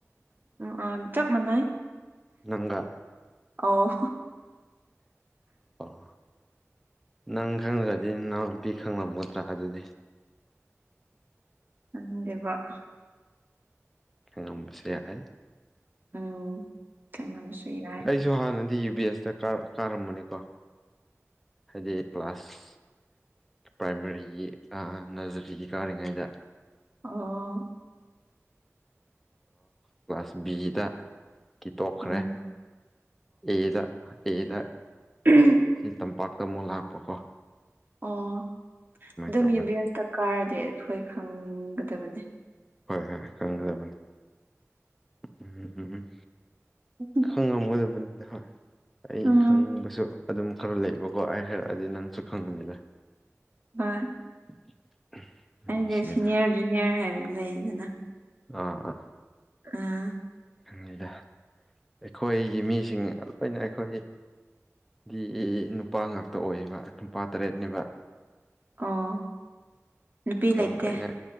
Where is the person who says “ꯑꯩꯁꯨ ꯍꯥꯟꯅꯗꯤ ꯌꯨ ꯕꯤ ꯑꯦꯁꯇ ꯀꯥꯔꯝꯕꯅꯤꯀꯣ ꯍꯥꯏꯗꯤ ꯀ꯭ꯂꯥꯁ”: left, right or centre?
Centre